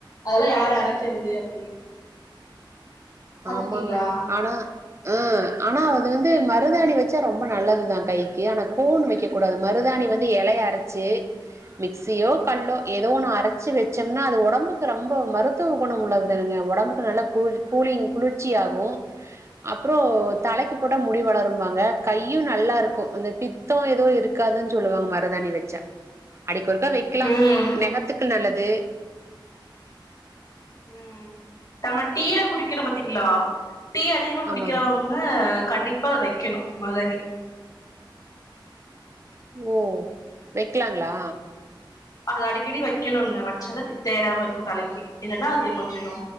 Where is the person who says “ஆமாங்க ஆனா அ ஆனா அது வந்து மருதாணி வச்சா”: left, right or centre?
Right